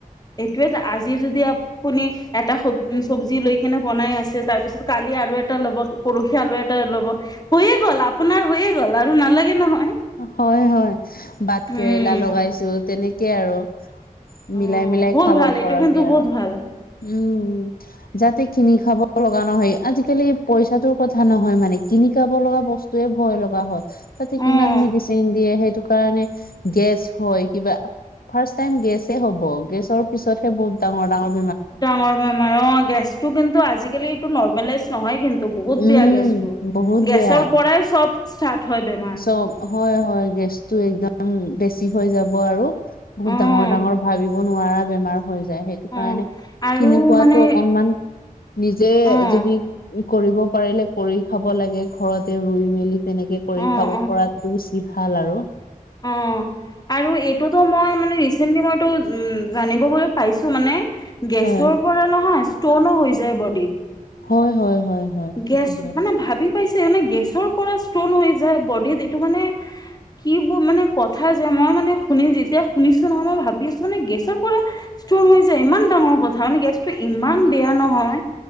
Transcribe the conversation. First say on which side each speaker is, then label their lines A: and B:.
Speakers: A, on the left; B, on the left.
A: এইটোৱে যে আজি যদি আপুনি এটা খব'উম-চবজি লৈকেনে বনাই আছে, তাৰপিছত কালি আৰু এটা ল'ব, পৰহি আৰুএটা ল'ব। হৈয়ে গ'ল, আপোনাৰ হৈয়ে গ'ল, আৰু নালাগে নহয়।
B: হয়, হয়। বাট
A: উম
B: কেৰেলা লগাইছো তেনেকে আৰু
A: অ',
B: মিলাই-মিলাই
A: বহুত
B: খাব
A: ভাল এইটো
B: পৰাকে
A: কিন্তু
B: আৰু।
A: বহুত ভাল
B: উম, যাতে কিনি খাব লগা নহয়। আজিকালি পইচাটোৰ কথা নহয় মানে কিনি খাব লগা বস্তোৱে ভয় লগা হ'ল। তাতে
A: অ'।
B: কিমান মেডিচিন দিয়ে। সেইটো কাৰণে গেছ হয় কিবা ফাৰ্ষ্ট টাইম গেছে হ'ব। গেছৰ পিছতহে বহুত ডাঙৰ-ডাঙৰ
A: ডাঙৰ বেমাৰ, অ', গেছটো কিন্তু আজিকালি এইটো নৰ্মেলাইজ নহয় কিন্তু, বহুত
B: উম
A: বেয়া গেছট।
B: বহুত
A: গেছৰ
B: বেয়া
A: পৰাই চব ষ্টাৰ্ট হয় বেমাৰ
B: চব, হয়, হয়। গেছতটো একদম বেছি হৈ যাব আৰু বহুত
A: অ',
B: ডাঙৰ-ডাঙৰ ভাবিব নোৱাৰা বেমাৰ হৈ যায়। সেইটো কাৰণে
A: অ'। আৰু
B: কিনি খোৱাতো
A: মানে
B: অকনমান নিজে
A: অ',
B: যদি কৰিব পাৰিলে কৰি খাব লাগে। ঘৰতে ৰুই-মেলি তেনেকে কৰি
A: অ',
B: খাব পৰাটো উচিত। ভাল আৰু
A: উম। আৰু এইটোতো মই মানে ৰিচেন্টলি, মইতো উম, জানিবলৈ পাইছো মানে গেছৰ
B: হয়
A: পৰা নহয় ষ্টনো হৈ যায় বডীত।
B: হয়, হয়, হয়। হয় সেইটো
A: গেছ,
B: হয়
A: মানে ভাবি পাইছে মানে গেছৰ পৰা ষ্টন হৈ যায় বডিত এইটো মানে কিবোৰ মানে কথা যে মই মানে শুনি যেতিয়া শুনিছো নহয়, মই ভাবি আছো মানে গেছৰ পৰা ষ্টন হৈ যায় ইমান ডাঙৰ কথা। মানে গেছটো ইমান বেয়া নহয়,